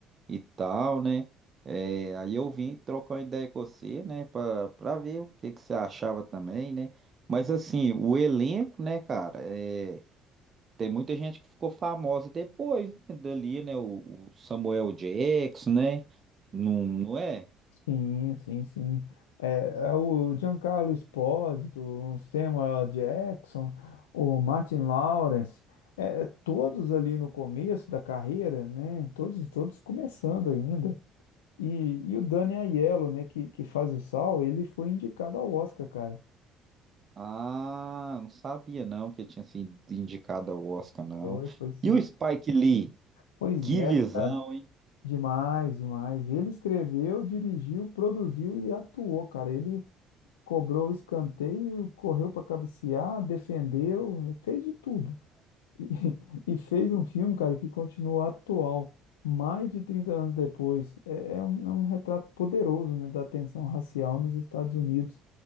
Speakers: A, on the right; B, on the left.
A: e tal, né? É, aí eu vim trocar uma ideia com você, né, Para para ver o que que você achava também, né? Mas assim, o elenco, né, cara, é, tem muita gente que ficou famosa depois, né, dali, né? O, o Samuel Jackson, né? Não, não é?
B: Sim, sim, sim. É, é o Giancarlo Esposito, o Samuel Jackson, o Martin Lawrence, é, é todos ali no começo da carreira, né? Todos, todos começando ainda. E, e o Danny Aiello, né, que, que faz o Saul, ele foi indicado ao Oscar, cara.
A: Ah, não sabia não que ele tinha sido indicado ao Oscar, não.
B: Foi, foi sim.
A: E o Spike Lee,
B: Pois
A: que
B: é,
A: visão!
B: cara. Demais, demais. Ele escreveu, dirigiu, produziu e atuou, cara. Ele cobrou o escanteio, correu para cabecear, defendeu, fez de tudo. E, <laughs> e fez um filme, cara, que continua atual, mais de 30 anos depois. É, é um, é um retrato poderoso, né, da tensão racial nos Estados Unidos